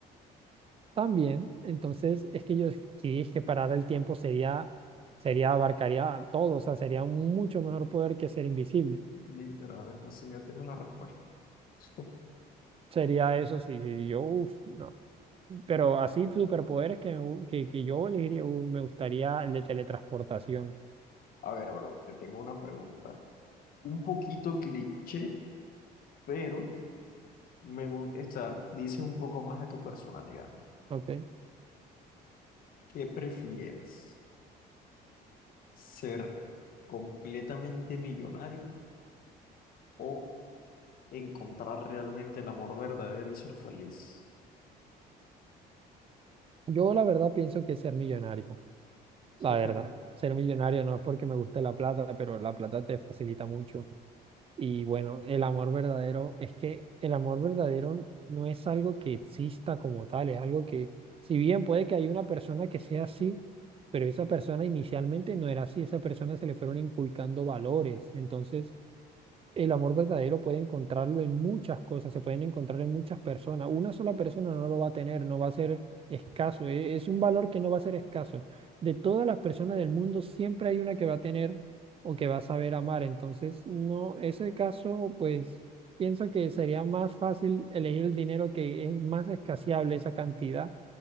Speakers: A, on the right; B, on the left.
A: también. Entonces, es que yo sí es que parar el tiempo sería, sería, abarcaría todo, o sea, sería un mucho mejor poder que ser invisible.
B: Literal, entonces ya tienes la respuesta. <laughs>
A: Sería eso, sí, sí, yo, uff, no. Pero así, superpoderes que, me gu- que, que yo elegiría, uh, me gustaría el de teletransportación,
B: A ver, bro, te tengo una pregunta. Un poquito cliché, pero me gu- esta dice un poco más de tu personalidad.
A: ¿ok?
B: ¿Qué prefieres? ¿Ser completamente millonario o encontrar realmente el amor verdadero y ser feliz?
A: Yo la verdad pienso que ser millonario. La
B: <laughs>
A: verdad, ser millonario no es porque me guste la plata, pero la plata te facilita mucho. Y bueno, el amor verdadero es que el amor verdadero no es algo que exista como tal, es algo que, si bien puede que haya una persona que sea así, pero esa persona inicialmente no era así, esa persona se le fueron inculcando valores. Entonces, el amor verdadero puede encontrarlo en muchas cosas, se pueden encontrar en muchas personas. Una sola persona no lo va a tener, no va a ser escaso, e- es un valor que no va a ser escaso. De todas las personas del mundo, siempre hay una que va a tener o que va a saber amar. Entonces, no, ese caso, pues pienso que sería más fácil elegir el dinero que es más escaseable esa cantidad